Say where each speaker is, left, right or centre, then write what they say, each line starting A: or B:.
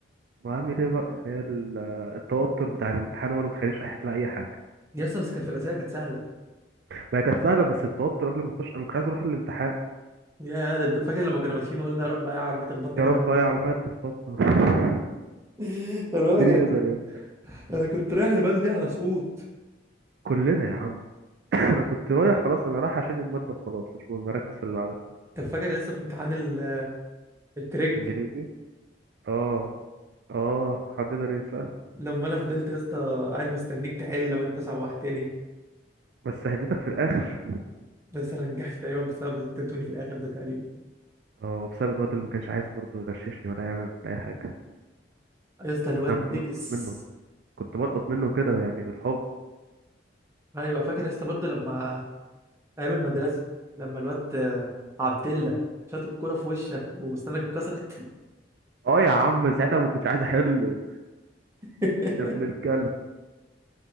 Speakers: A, on the right; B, on the right.
A: وعامل ايه بقى هي ال- التوتر بتاع الامتحان هو اللي مخلينيش احل اي حاجه
B: يا اسطى بس كانت في الاسئله كانت سهله
A: ما هي كانت سهله بس التوتر قبل ما اخش انا كنت عايز اروح الامتحان
B: يا لد- فاكر لما كنا ماشيين وقلنا يا رب يا عربيه تخبطنا
A: يا
B: كده
A: رب
B: واحنا ماشيين
A: اي عربيه تخبطنا <laughs>
B: <laughs> خلي بالك
A: مين
B: انا
A: يقدر
B: كنت
A: يعني
B: انا كنت رايح الماده دي على سقوط
A: كلنا يا عم <laughs> انا كنت رايح خلاص انا رايح اشيل الماده وخلاص مش مهم مركز في اللي بعدها
B: طب فاكر يا اسطى في امتحان ال- التريج
A: انجليزي اه اه حد يقدر ينسى
B: لما انا فضلت يا اسطى قاعد مستنيك تحل وانت سوحتني
A: بس هديتك في الاخر
B: بس انا نجحت تقريبا بسبب اللي انت ادوني في الاخر ده تقريبا
A: اه بسبب الواد اللي ما كانش عايز برضه يغششني ولا يعمل اي حاجه
B: يا اسطى الواد
A: انا كنت
B: بيكس
A: بلقط منه كنت بلقط منه كده يعني بالحب
B: ايوه فاكر يا اسطى برضه لما ايام المدرسه لما الواد عبد الله شاط الكوره في وشك وسنانك اتكسرت
A: اه يا عم ساعتها ما كنتش عايز احله
B: <laughs>
A: يا ابن الكلب